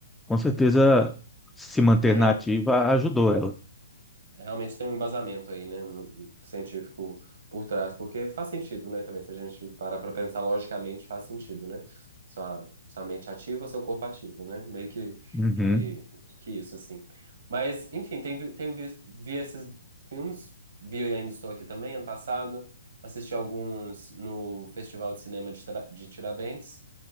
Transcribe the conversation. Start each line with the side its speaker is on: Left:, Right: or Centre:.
Centre: com certeza se manter
Right: É real-
Centre: na ativa ajudou ela.
Right: É, Realmente tem um embasamento aí, né, no- científico por trás, porque faz sentido, né, também, se a gente parar pra pensar logicamente, faz sentido, né? Sua, sua mente ativa, seu corpo ativo, né? Meio que,
Centre: Uhum.
Right: que, que isso, assim. Mas, enfim, tenho, vi- tenho visto, vi esses filmes, vi e ainda estou aqui também, ano passado, assisti alguns no Festival de Cinema de, Tra- de Tiradentes,